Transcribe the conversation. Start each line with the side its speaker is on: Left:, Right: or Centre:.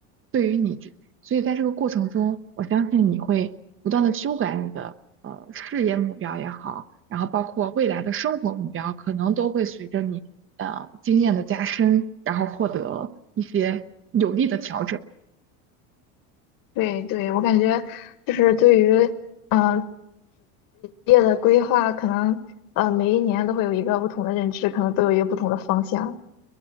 Right: 对于你这，所以在这个过程中，我相信你会不断的修改你的呃事业目标也好，然后包括未来的生活目标，可能都会随着你呃经验的加深，然后获得一些有力的调整。
Left: 对对，我感觉就是对于嗯。呃业的规划可能呃每一年都会有一个不同的认知，可能都有一个不同的方向。